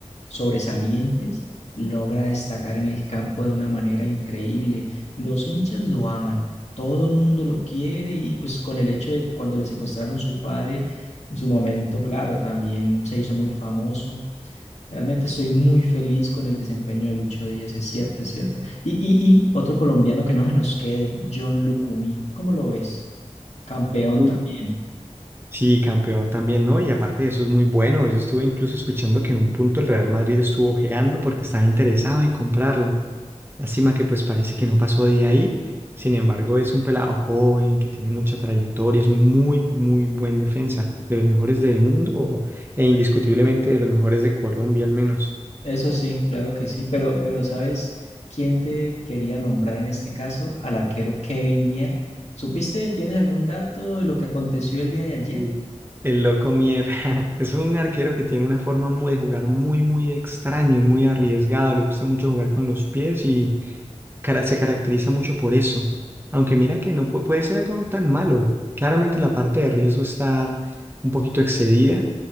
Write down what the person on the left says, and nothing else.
sobresalientes, logra destacar en el campo de una manera increíble. Los hinchas lo aman, todo mundo lo quiere y pues con el hecho de cuando le secuestraron su padre, en su momento, claro, también se hizo muy famoso. Realmente estoy muy feliz con el desempeño de Lucho Díaz, es cierto, es cierto. Y, y, y otro colombiano que no se nos quede, John Lucumí, ¿cómo lo ves? Campeón
también.
Eso sí, claro que sí, pero, pero ¿sabes quién te quería nombrar en este caso? Al arquero Kevin Mier. ¿Supiste, tienes algún dato de lo que aconteció el día de ayer?